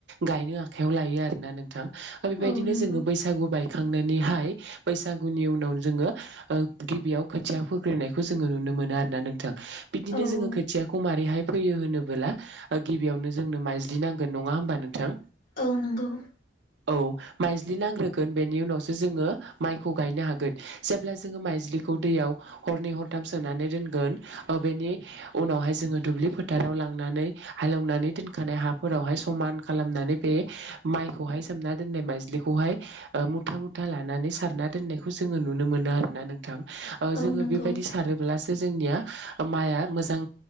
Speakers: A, on the right; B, on the left.
A: गायनो आखाइयाव लायो आरोना नोंथां बे बायदिनो
B: औ नंगौ
A: जो बैसागु बाय खांनानैहाय बैसागुनि उनाव जोङो गिबियाव खोथिया फोग्रोननायखौ जोङो नुनो मोन आरोना नोंथां बिदिनो
B: औ
A: जोङो
B: औ
A: खोथियाखौ मारैहाय फैयो होनोबोला गिबियावनो जोंनो माइ ज्लि नांगोन नङा होमबा नोंथां?
B: औ नंगौ।
A: औ माइज्लि लांग्रोगोन बेनि उनावसो जोङो माइखौ गायनो हागोन जेब्ला जोङो माइज्लिखौ दैयाव हरनै हरथाम सोनानै दोनगोन बेनि उनावहाय जोङो दुब्लि फोथाराव लांनानै हालेवनानै दोनखानाय हाफोरावहाय समान खालामनानै बे माइखौहाय सोमना दोननाय माइज्लिखौहाय मुथा मुथा लानानै सारना दोननायखौ जों जोङो नुनो मोनो आरोना नोंथां
B: औ
A: जोङो
B: नंगौ
A: बेबायदि सारोब्ला जोंनिया माइआ मोजां